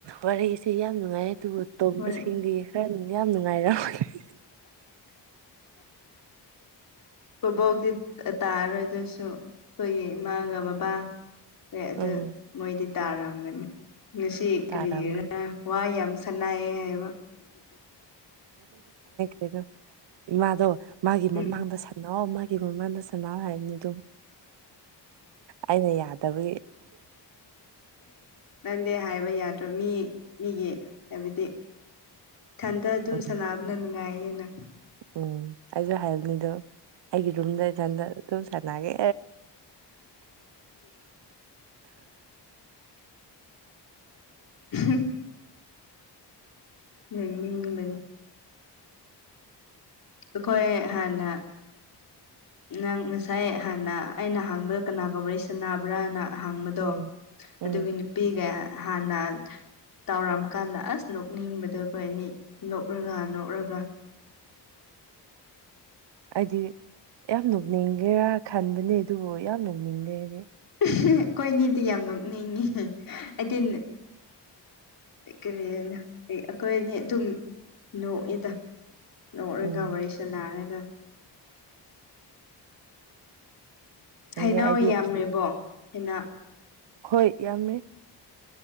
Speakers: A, on the right (about 75°); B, on the left (about 50°).
A: ꯋꯥꯔꯤ ꯁꯦ ꯌꯥꯝ ꯅꯨꯡꯉꯥꯏꯌꯦ ꯑꯗꯨꯕꯨ ꯇꯣꯝꯕꯁꯤꯡꯗꯤ
B: ꯍꯣꯏ
A: ꯈꯔ ꯌꯥꯝ ꯅꯨꯡꯉꯥꯏꯔꯃꯒꯅꯤ
B: ꯕꯣꯕꯣꯛꯇꯤ ꯇꯥꯔꯣꯏ ꯑꯗꯨꯁꯨ ꯑꯩꯈꯣꯏꯒꯤ ꯏꯃꯥꯒ ꯕꯕꯥ ꯍꯣꯏ ꯑꯗꯨ
A: ꯎꯝ
B: ꯃꯣꯏꯗꯤ ꯇꯥꯔꯝꯒꯅꯤ ꯉꯁꯤ ꯀꯔꯤꯒꯤꯔ
A: ꯇꯥꯔꯝꯒꯅꯤ
B: ꯋꯥ ꯌꯥꯝ ꯁꯟꯅꯌꯦ ꯍꯥꯏꯕꯥ
A: ꯀꯩꯅꯣ ꯏꯃꯥꯗꯣ ꯃꯥꯒꯤ ꯃꯃꯥꯡꯗ
B: ꯎꯝ
A: ꯁꯥꯟꯅꯧ ꯃꯥ ꯑꯩꯒꯤ ꯃꯃꯥꯡꯗ ꯁꯅꯥꯎ ꯍꯥꯏꯕꯅꯤ ꯑꯗꯨꯝ ꯑꯩꯅ ꯌꯥꯗꯕꯒꯤ
B: ꯗꯦ ꯍꯥꯏꯕ ꯌꯥꯗ꯭ꯔ ꯃꯤ ꯃꯤꯒꯤ ꯍꯥꯏꯕꯗꯤ ꯏꯊꯟꯗ ꯑꯗꯨꯝ
A: ꯎꯝ
B: ꯁꯥꯟꯅꯕꯅ ꯅꯨꯡꯉꯥꯏꯌꯦꯅ
A: ꯎꯝ ꯑꯩꯁꯨ ꯍꯥꯏꯕꯅꯤꯗꯣ ꯑꯩꯒꯤ ꯔꯨꯝꯗ ꯏꯊꯟꯗ ꯁꯥꯟꯅꯒꯦ
B: ꯍ ꯅꯣꯛꯅꯤꯡꯕꯅꯤ ꯑꯩꯈꯣꯏ ꯍꯥꯟꯅ ꯅꯪ ꯉꯁꯥꯏ ꯍꯥꯟꯅ ꯑꯩꯅ ꯍꯡꯕꯗ ꯀꯅꯥꯒꯔ ꯁꯕ꯭ꯔꯥꯅ ꯍꯡꯕꯗꯣ
A: ꯎꯝ
B: ꯑꯗꯨꯒꯤ
A: ꯎꯝ
B: ꯅꯨꯄꯤꯒ ꯍꯥꯟꯅ ꯇꯥꯎꯔꯝ ꯀꯥꯟꯗ ꯑꯁ ꯅꯣꯛꯅꯤꯡꯕꯗꯣ ꯑꯩꯈꯣꯏ ꯑꯅꯤ ꯅꯣꯛꯔꯒ ꯅꯣꯛꯔꯒ
A: ꯍꯥꯏꯗꯤ ꯌꯥꯝ ꯅꯣꯛꯅꯤꯡꯒꯦꯔꯥ ꯈꯟꯕꯅꯦ ꯑꯗꯨꯕꯨ ꯌꯥꯝ ꯅꯣꯛꯅꯤꯡꯗꯦ ꯑꯩꯗꯤ
B: ꯑꯩꯈꯣꯏꯅꯤꯗꯤ ꯌꯥꯝ ꯅꯣꯛꯅꯤꯡꯉꯤ ꯑꯗꯨꯅ ꯀꯔꯤ ꯍꯥꯏꯅ ꯑꯩꯈꯣꯏ ꯑꯅꯤ ꯑꯗꯨꯝ ꯅꯣꯛꯏꯗ ꯂꯧꯔꯒ
A: ꯎꯝ
B: ꯋꯥꯔꯤ ꯁꯥꯅꯔꯒ
A: ꯈꯪꯗꯦ
B: ꯍꯩꯅꯧ
A: ꯑꯩꯗꯤ
B: ꯌꯥꯝꯔꯤꯕꯣ ꯍꯩꯅꯧ
A: ꯍꯣꯏ ꯌꯥꯝ ꯔꯩ